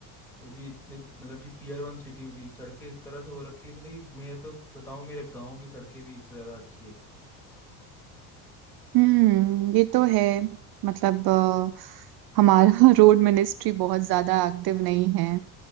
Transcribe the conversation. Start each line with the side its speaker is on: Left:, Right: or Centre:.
Centre: वो भी इतने मतलब कि टीयर वन सिटी में भी सड़कें इस तरह से हो रखी है मतलब कि मैं तो बताऊँ मेरे गांव की सड़कें भी इससे ज्यादा अच्छी है
Right: हम्म ये तो है मतलब अ, हमारा <laughs> रोड मिनिस्ट्री बहुत ज्यादा एक्टिव नहीं है